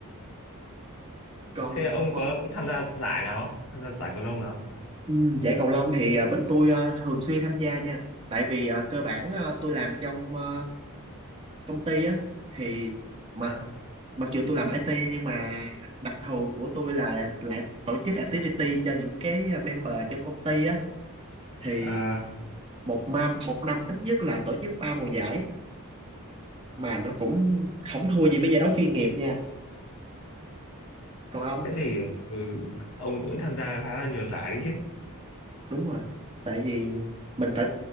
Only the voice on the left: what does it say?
thế ông có tham gia giải nào không tham gia giải cầu lông nào không?
à,
à
thế thì ừ, ông cũng tham gia khá là nhiều giải đấy chứ